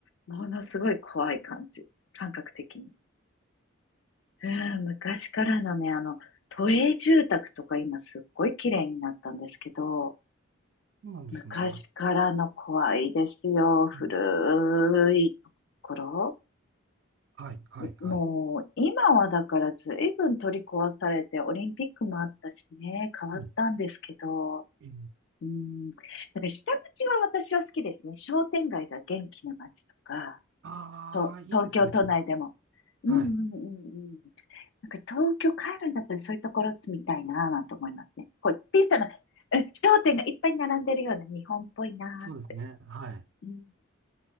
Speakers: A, on the left; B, on the right.
A: ものすごい怖い感じ、感覚的に。うん、昔からのね、あの、都営住宅とか今すっごい綺麗になったんですけど、
B: そうなんですね。
A: 昔からの怖いですよ。古いところ。
B: うんはい、はい、はい。
A: もう、今はだから随分取り壊されて、オリンピックもあったしね、変わったんですけど、
B: うん。ええ
A: うん、だから下町は私は好きですね。商店街が元気な街とか、
B: ああ、
A: と、
B: いいですね。
A: 東京都内でも。うんうんうんうん。
B: はい。
A: なんか東京帰るんだったらそういうところ住みたいなぁなんて思いますね。こう、小さな、うん商店がいっぱい並んでるような日本っぽいな
B: そうですね。はい。
A: ぁ。うん